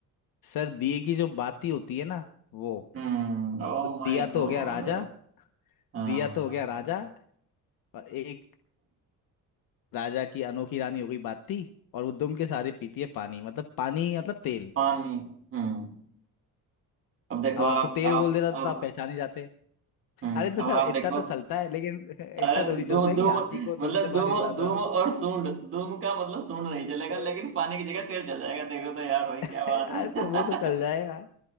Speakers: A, on the left (about 70°); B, on the right (about 40°).
A: सर दिए की जो बाती होती है ना वो
B: हम्म ओ
A: तो दिया
B: माय गॉड
A: तो हो गया राजा
B: हाँ
A: दिया तो हो गया राजा और एक राजा की अनोखी रानी हो गई बाती और वो दुम के सहारे पीती है पानी मतलब पानी मतलब तेल
B: पानी हम्म अब देखो
A: अब
B: आप
A: आपको तेल
B: आप
A: बोल देता
B: अब
A: तो आप पहचान ही जाते
B: हम्म
A: अरे तो सर
B: अब आप
A: इतना
B: देखो
A: तो चलता है लेकिन <laughs> इतना
B: अरे
A: थोड़ी चलता
B: दुम
A: है
B: दुम
A: कि हाथी को दुम
B: मतलब
A: से पानी
B: दुम
A: पिला दो
B: दुम
A: आप
B: और सूंड दुम का मतलब सूंड नहीं चलेगा
A: <laughs>
B: लेकिन पानी की जगह तेल चल जाएगा देखो तो यार भाई
A: अरे
B: क्या बात है
A: तो वो तो चल जाएगा